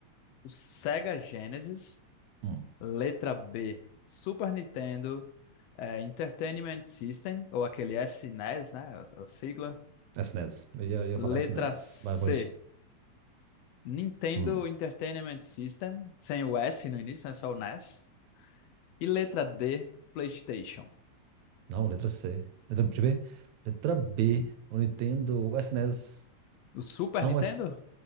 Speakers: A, on the left; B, on the right.
A: o Sega Genesis.
B: hum.
A: Letra B, Super Nintendo, é, Entertainment System, ou aquele SNES, né? A a sigla.
B: SNES. Eu ia, eu ia
A: Letra
B: falar SNES,
A: C,
B: mas pode.
A: Nintendo
B: Hum.
A: Entertainment System, sem o S no início, né? Só o NES. E S. E letra D, PlayStation.
B: Não, letra C. Letra, deixa eu ver. Letra B. O Nintendo. O SNES.
A: O Super
B: Não,
A: Nintendo?
B: o S...